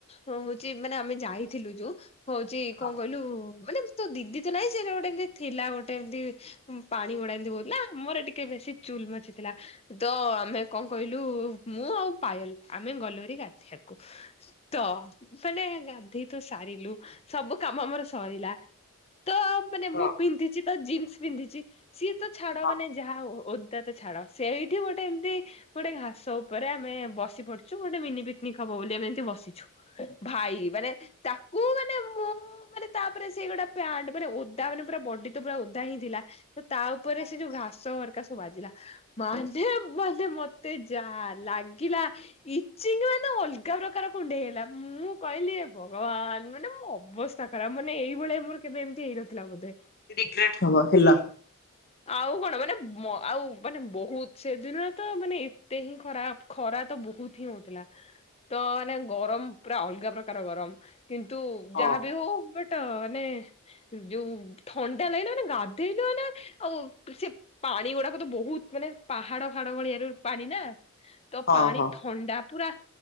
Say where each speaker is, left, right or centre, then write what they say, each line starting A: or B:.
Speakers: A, on the left; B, on the left.
A: ହଉଛି ମାନେ ଆମେ ଯାଇଥିଲୁ ଯୋଉ ହଉଛି କଣ
B: ହଁ
A: କହିଲୁ? ମାନେ ତୋ ଦିଦି ତ ନାଇଁ ସେଟ ଗୋଟେ ଏମ ଥିଲା ଗୋଟେ ଏମତି ପାଣି ଗୋଟେ ଏମିତି ବହୁଥିଲା ଆମର ଟିକେ ବେଶୀ ଚୁଲ ମଚି ଥିଲା ଦ ଆମେ କଣ କହିଲୁ ମୁଁ ଆଉ ପାଏଲ ଆମେ ଗଲୋରି ଗାଧକୁ ତ ମାନେ ଗାନ୍ଧୋଇ ତୁ ସାରିଲୁ ସବୁ କାମ ଆମର ସରିଲା। ତ ମାନେ
B: ହଁ
A: ମୁଁ ପିନ୍ଧିଛି ତ ଜିନ୍ସ ପିନ୍ଧିଛି ସିଏ ତ ଛାଡ
B: ହଁ
A: ମାନେ ଯାହା ତ ଛାଡ ସେଇଠି ଗୋଟେ ଏମତି ଗୋଟେ ଘାସ ଉପରେ ଆମେ ବସି ପଡିଛୁ ଗୋଟେ ମିନି ପିକନିକ ହବ ବୋଲି ଆମେ ଏମିତି ବସିଛୁ ଭାଇ ମାନେ ତାକୁ ମାନେ ମୁଁ ମାନେ ତାପରେ ସେ ଗୋଟା ପ ଓଦା ମାନେ ପୁରା ବଡି ତ ପୁରା ଓଦା ହେଇଥିଲା ତା ଉପରେ
B: ହଁ
A: ସେ ଯୋଉ ଘାସ ସବ ବାଜିଲା ମେ ମେ ତେ ଯା ଲାଗିଲା ଇଚଙ୍ଗ ମାନେ ଅଲଗା ପ୍ରକାର କୁଣ୍ଡେଇ ହେଇଲା ମୁଁ କହିଲି। ଭଗବାନ ମାନେ ମୁଁ ଅବସ୍ଥା ଖରା ମାନେ ଏଇଭଳିଆ ମୋର କେବେ ଏମିତି ହେଇନଥିଲା ବୋଧେ
B: ରିଗ୍ରେଟ ହବା ହେଲା।
A: ଆଉ କଣ ମାନେ ଆଉ ମାନେ ବହୁତ ସେଦିନ ତ ମାନେ ଏତେ ହିଁ ଖରା ଖରା ତ ବହୁତ ହିଁ ହଉଥିଲା ତ ମାନେ ଗରମ ପୁରା ଅଲଗା ପ୍ରକାର ଗରମ କିନ୍ତୁ
B: ହଁ
A: ଯାହାବି ହଉ ବଟ ତ ମାନେ ଯୋଉ ଥଣ୍ଡା ଲାଗିଲା ମାନେ ଗାଧେଇଲୁ ନା ଆଉ ସେ ପା ପାଣି ଗୁଡାକ ତ ବହୁତ ମାନେ ପାହାଡ ଫାଡ ଭଳିଆ ର ପାଣି ନା ତ
B: ହଁ
A: ପାଣି
B: ହଁ।
A: ଥଣ୍ଡା ପୁରା।